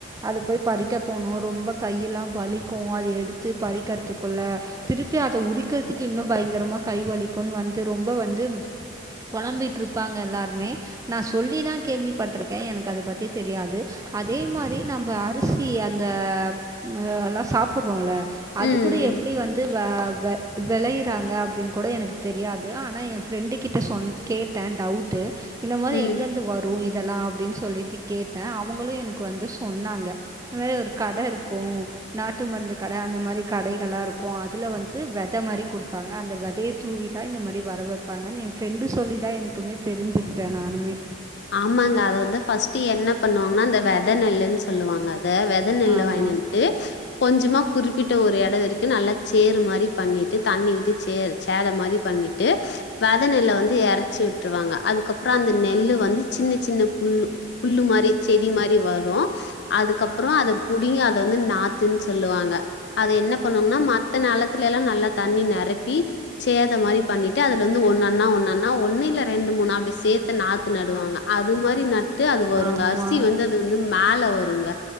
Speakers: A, on the right; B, on the left.
A: அது போய் பறிக்க போனோ ரொம்ப கையெல்லா வலிக்கு அத எடுத்து பறிக்கற்த்துக்குள்ள திருப்பி அத உரிக்குத்துக்கே இன்னு பயங்கரமா கைவலிக்குன் வந்து ரொம்ப வந்தும் பொழம்பிட்ருப்பாங்க எல்லார் மே நா சொல்லி தா கேள்விப்பட்ருக்கே எனக் அத பத்தி தெரியாது அதே மாரி நம்ம அரிசி அந்தப் ஆ எல்லா சாப்புறோல்ல அது
B: ம்
A: கூட எப்டி வந்து வா ல வெளையுறாங்க அப்டின்னு கூட எனக்கு தெரியாது ஆனா என் ஃப்ரெண்டு கிட்ட சொன் கேட்டேன் டவ்ட் ட்டு இந்த மாரி
B: ம்
A: எங்கந்து
B: ம்
A: வர் ரு இதெல்லா அப்டின் சொல்லிட்டு கேட்டே அவங்களு எனக் வந்து சொன்னாங்க இது மாரி கட இருக்கு நாட்டு மருந்து கட அந்த மாரி கடைகளா ருக்கு அதுல வந்து வெத மாரி குடுப்பாங்க அந்த வெதையத் தூவிதா இந்த மாரி வர வப்பாங்கன்னு எ ஃப்ரெண்டு சொல்லிதா எனக்குமே தெரிஞ்சுக்றே நானுமே
B: ஆமாங்க அத வந்து ஃபஸ்ட்டு என்ன பண்ணுவாங்னா அந்த வெத நெல்லுன் சொல்லுவாங் அத வெத் த நெல்ல
A: ஆமாம்
B: வாங்கினன்ட்டு கொஞ்சுமா குறிப்பிட்ட ஒரு எட தரிக்கு நல்லா ச்சேரு மாரி பண்ணிட்டு தண்ணி விட்டு ச்சேர் ச்சேர மாரி பண்ணி ட்டு வத நெல்ல வந்து எறச்சி விட்ருவாங்க அதுக்கப்றோ அந்த நெல்லு வந்து சின்ன சின்ன புல்லு புல்லு மாரி செடி மாரி வரு அதுக்கப்றோ அத புடிங்கி அத வந்து நாத்துன் சொல்லுவாங்க அது என்ன பண்ணுனா மத்த நெலத்துலல்லா நல்லா தண்ணி நெரப்பி சேத மாரி பண்ணிட்டு அதுல வந்து ஒன்னொண்ணா ஒன்னொண்ணா ஒன்னு இல்ல ரெண்டு மூணு அப்டி சேத்து நாத்து நடுவாங்க அது மாரி நட்டு அது வருங்க
A: ஆமாம்
B: அரிசி வந்து அது வந்து மேல வருங்க